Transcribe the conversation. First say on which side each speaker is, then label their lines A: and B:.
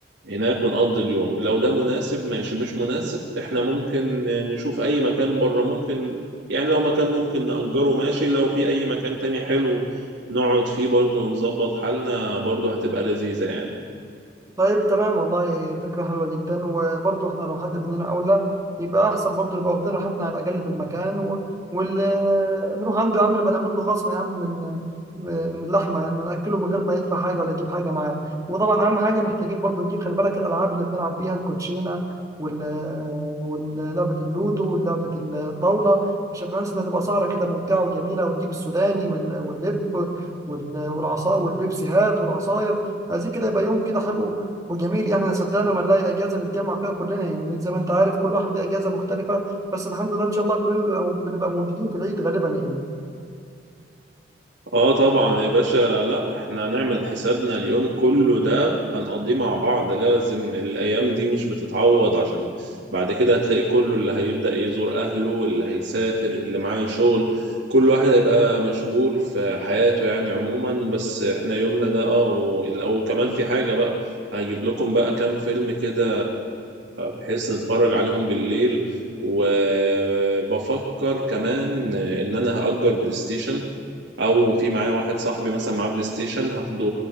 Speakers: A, on the right (about 70°); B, on the right (about 20°).
A: هناك ونقضي اليوم لو ده مناسب ماشي مش مناسب احنا ممكن نشوف اي مكان بره ممكن يعني لو مكان ممكن نأجره ماشي لو في اي مكان تاني حلو نقعد فيه برضه ونظبط حالنا برضه هتبقى لذيذة يعني
B: طيب تمام والله فكرة حلوة جدا وبرضه احنا لو حد مننا أولى يبقى أحسن برضه نبقى واخدين راحتنا على الأقل في المكان و... واللي نروح عنده يا عم نبقى نعمل له خصم يا عم من من اللحمة يعني نأكله من غير ما يدفع حاجة ولا يجيب حاجة معاه وطبعا أهم حاجة محتاجين برضه نجيب خلي بالك الألعاب اللي بنلعب بيها الكوتشينة وال ولعبة اللودو ولعبة الطاولة عشان بحيث إنها تبقى سهرة كده ممتعة وجميلة ونجيب السوداني وال- واللب وال- والعصا والبيبسيهات والعصاير عايزين كده يبقى يوم كده حلو وجميل احنا صدقنا ما نلاقي اجازه نتجمع فيها كلنا يعني زي ما انت عارف كل واحد ليه اجازه مختلفه بس الحمد لله ان شاء الله كلنا بنبقى بنبقى موجودين في العيد غالبا يعني
A: اه طبعا يا باشا لا احنا هنعمل حسابنا اليوم كله ده هنقضيه مع بعض لازم الايام دي مش بتتعوض عشان بعد كده هتلاقي كله اللي هيبدأ يزور اهله اللي هيسافر اللي معاه شغل كل واحد هيبقى مشغول في حياته يعني عموما بس احنا يومنا ده اه و- او كمان في حاجة بقى هجيب لكم بقى كام فيلم كده بحيث نتفرج عليهم بالليل وبفكر كمان ان انا هأجر بلاي ستيشن او في معايا واحد صاحبي مثلا معاه بلاي ستيشن هاخده